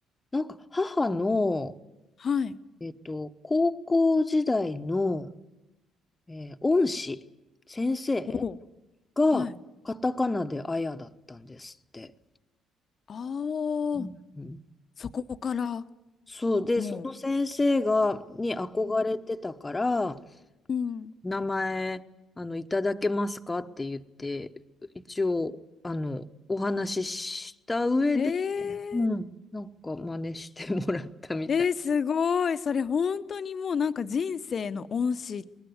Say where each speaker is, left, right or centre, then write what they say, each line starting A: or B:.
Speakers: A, on the left; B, on the left.
A: なんか母の、
B: はい。
A: えっと、高校時代の、えー恩師、先生
B: おう
A: がカタカナであやだったんですって。
B: はい。ああ、
A: うんうん
B: そこから
A: そうで、
B: も
A: その先生が、に憧れてたから、
B: ううん。
A: 名前、あの、いただけますかって言って、一応、あの、お話しした上
B: う。え
A: うん。なんか真似してもらったみたい。
B: ー、えー、すごい。それ本当にもうなんか人生の恩師